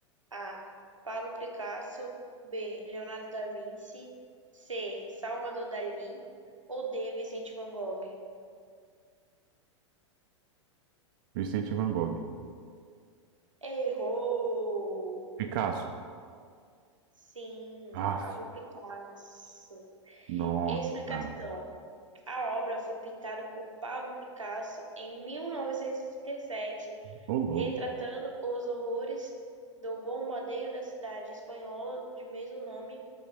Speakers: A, on the right (about 85°); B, on the right (about 45°).
A: A. Pablo Picasso. B. Leonardo da Vinci. C. Salvador Dalí. Ou D. Vicente Van Gogh?
B: Vicente Van Gogh.
A: Errou!
B: Picasso.
A: Sim,
B: Ah,
A: é Pablo Picasso.
B: nossa,
A: Explicação.
B: cara.
A: A obra foi pintada por Pablo Picasso em 1937,
B: Ô, louco.
A: retratando os horrores do bombardeio da cidade espanhola de mesmo nome